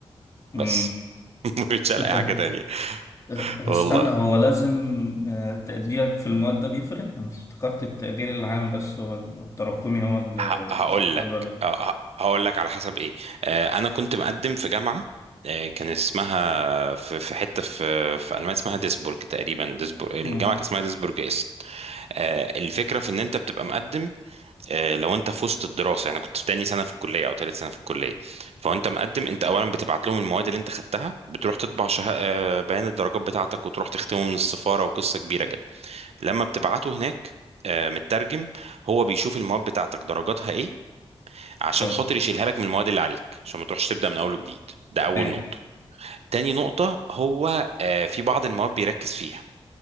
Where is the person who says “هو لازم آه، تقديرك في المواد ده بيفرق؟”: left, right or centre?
Left